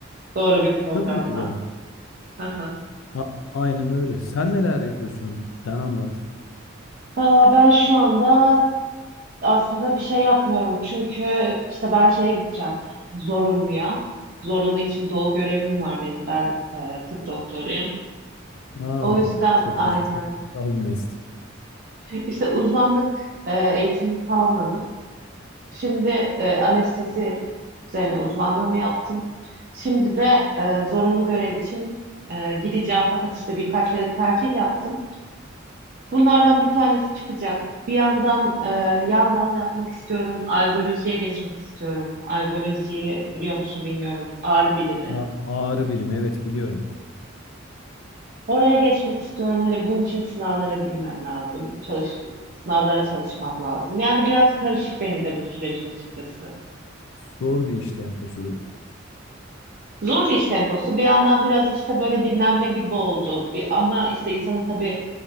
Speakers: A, on the right; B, on the left.
A: doğru bir programla.
B: Tabii ki de
A: Aha.
B: A- aynen öyle. Sen neler yapıyorsun? Sen anlat.
A: Valla ben şu anda aslında bir şey yapmıyorum. Çünkü işte ben şeye gideceğim, zorunluya. Zorunlu için doğu görevim var benim, ben e, tıp doktoruyum.
B: Aa,
A: O yüzden
B: çok
A: aynen.
B: güzel, çok güzel bir meslek.
A: İşte uzmanlık e, eğitimini tamamladım. Şimdi e, anestezi üzerine uzmanlığımı yaptım. Şimdi de e, zorunlu görev için e, gideceğim fakat işte birkaç yere tercih yaptım. Bunlardan bir tanesi çıkacak. Bir yandan e, yan dal yapmak istiyorum. Algolojiye geçmek istiyorum. Algolojiyi biliyor musun bilmiyorum. Ağrı bilimi.
B: Aa, ağrı bilimi, evet biliyorum.
A: Oraya geçmek istiyorum. Hani bunun için sınavlara girmem lazım. Çalış, sınavlara çalışmam lazım. Yani biraz karışık benim de bu sürecim açıkçası.
B: Zor bir iş temposu.
A: Zor bir iş temposu. Bir yandan biraz işte böyle dinlenme gibi oldu. Bir, ama işte insanın tabii